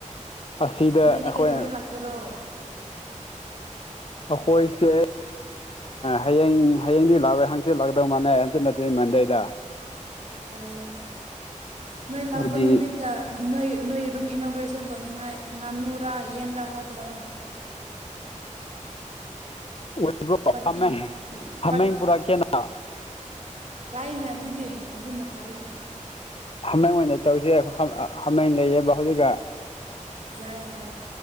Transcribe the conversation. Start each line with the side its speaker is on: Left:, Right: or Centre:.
Left: ꯑꯁꯤꯗ
Right: ꯅꯣꯏꯗꯤ
Left: ꯑꯩꯈꯣꯏꯅ
Right: ꯀꯩꯗꯧꯉꯩ ꯂꯥꯛꯀꯦꯔꯣ
Left: ꯑꯩꯈꯣꯏꯁꯦ ꯍꯌꯦꯡ ꯍꯌꯦꯡꯗꯤ ꯂꯥꯛꯂꯣꯏ ꯍꯪꯆꯤꯠ ꯂꯥꯛꯀꯗꯧ ꯃꯥꯟꯅꯦ ꯍꯪꯆꯤꯠ ꯅꯗꯔꯤ ꯃꯟꯗꯩꯗ
Right: ꯑꯣ ꯅꯣꯏ ꯂꯥꯛꯄ
Left: ꯑꯗꯨꯗꯤ
Right: ꯅꯨꯃꯤꯠꯇ ꯅꯣꯏ ꯅꯣꯏ ꯔꯨꯝ ꯏꯅꯣꯒ꯭ꯔꯦꯁꯟ ꯇꯧꯅꯤꯡꯉꯥꯏ ꯉꯥꯅꯨꯔꯥ ꯌꯦꯟꯕ꯭ꯔꯥ ꯑꯃ ꯄꯨꯔꯛꯑꯣ
Left: <inaudible> ꯑꯣꯏꯕ꯭ꯔꯣ
Right: ꯄꯠꯇꯤ
Left: ꯍꯥꯃꯦꯡ ꯍꯥꯃꯦꯡ
Right: ꯄꯥꯠ
Left: ꯄꯨꯔꯛꯀꯦꯅ
Right: ꯌꯥꯏꯅꯦ ꯑꯗꯨꯗꯤ ꯑꯗꯨꯅ ꯐꯥꯏꯅꯦ
Left: ꯍꯥꯃꯦꯡ ꯑꯣꯏꯅ ꯇꯧꯁꯦ ꯍꯥꯃꯦꯡ ꯂꯩꯌꯦꯕ ꯍꯧꯖꯤꯛꯀ
Right: ꯌꯥꯏ ꯌꯥꯏ